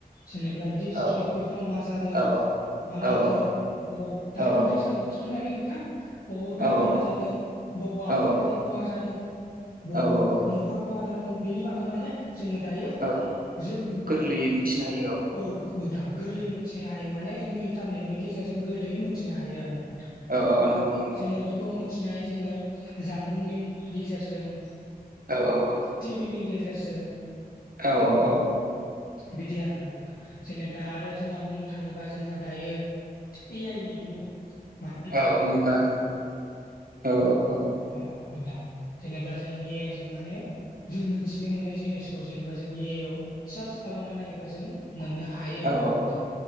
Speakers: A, on the left; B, on the right.
A: जेनेबा डिसट्रिक्
B: औ
A: बेफोराव मा जादों
B: औ
A: मा मादों
B: औ
A: बबाव दाथ'
B: औ
A: दैज्लां बोथोर थोरबो नालाय नोंथां बबाव दैबाना
B: औ
A: जादों बबाव आबादफ्रा
B: औ
A: खहा जादों बबाव
B: औ
A: न'फ्रा खहा जादों बेनि बागै माने जोङो दायो जों
B: औ
A: मोन
B: गोरलैयै मिथिनो हायो
A: औ नोंथां गोरलै मोन्थिनो हायो माने जोङो इन्टारनेटनि गेजेरजों गोरलैयै मोनथिनो हायो आरो ना नोंथां।
B: औ - औ नंगौ - नंगौ।
A: जोङो बेखौ मिथिनाय जोङो जानबुंनि गेजेरजों
B: औ -औ -औ।
A: टिभिनि गेजेरजों
B: औ - औ - औ।
A: बिदि आरो ना नोंथां। जेनेबा आरो जोंहा बुंनो थाङोबा जोंहा दायो ए आइनि मुख मा
B: औ मुगा औ - औ।
A: अ नोंथां जेनेबा जों ए आइ जों माने जों मोनथिनो मोनै जिनिसखौ जेनेबा जों ए आइ आव सार्च खालामना नायोबा जों मोननो हायो
B: औ
A: आरो ना
B: औ
A: नोंथां